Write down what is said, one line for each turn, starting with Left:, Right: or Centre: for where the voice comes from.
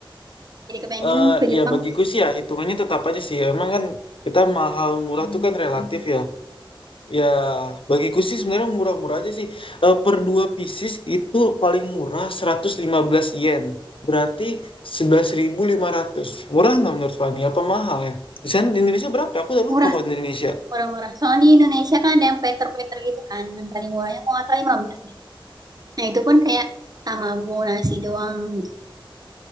Right: Jadi kepengen
Left: eh
Right: ke Jepang
Left: ya bagiku sih ya hitungannya tetap aja sih. Emang kan kita mahal murah tuh kan relatif ya. Ya, bagiku sih sebenarnya murah-murah aja sih. Eh, per dua pieces itu paling murah 115 yen. Berarti sebelas ribu lima ratus Murah nggak menurut Fani? Apa mahal ya? Di sana di Indonesia berapa? ya? Aku udah
Right: murah,
Left: lupa kalau di Indonesia.
Right: murah-murah. Soalnya di Indonesia kan ada yang plater-plater gitu kan. Yang paling murahnya kalau nggak salah 15 deh. Nah, itu pun kayak tamago nasi doang gitu.